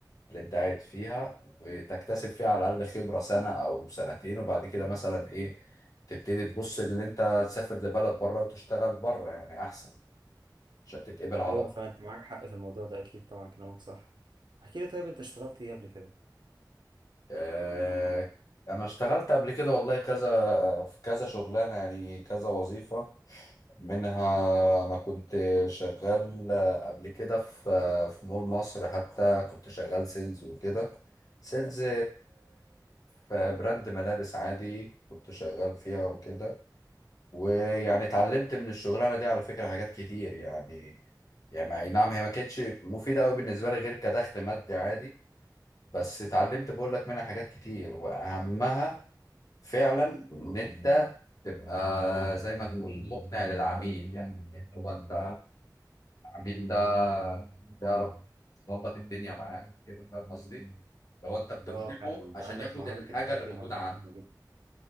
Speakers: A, on the left; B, on the right.
A: اللي انت قاعد فيها وتكتسب فيها على الأقل خبرة سنة أو سنتين وبعد كده مثلا إيه تبتدي تبص اللي انت تسافر لبلد بره وتشتغل بره يعني أحسن عشان تتقبل على
B: ايوه
A: طول
B: فعلا انت معاك حق في الموضوع ده اكيد طبعا كلامك صح احكي لي طيب انت اشتغلت ايه قبل كده
A: آه، أنا اشتغلت قبل كده والله كذا في كذا شغلانة يعني كذا وظيفة منها أنا كنت شغال قبل كده في في مول مصر حتى كنت شغال سيلز وكده سيلز في براند ملابس عادي كنت شغال فيها وكده ويعني اتعلمت من الشغلانة دي على فكرة حاجات كتير يعني يعني أي نعم هي ما كانتش مفيدة أوي بالنسبة لي غير كدخل مادي عادي بس اتعلمت بقول لك منها حاجات كتير وأهمها فعلا ان انت تبقى زي ما تقول مقنع للعميل يعني ان هو انت العميل ده تعرف تظبط الدنيا معاه كده فاهم قصدي؟ لو انت بتقنعه
B: اه فعلا انت
A: عشان
B: عندك
A: ياخد
B: مهارة
A: الحاجه
B: البيع
A: اللي
B: دي
A: موجوده
B: مهارة
A: عنده
B: مهمة جدا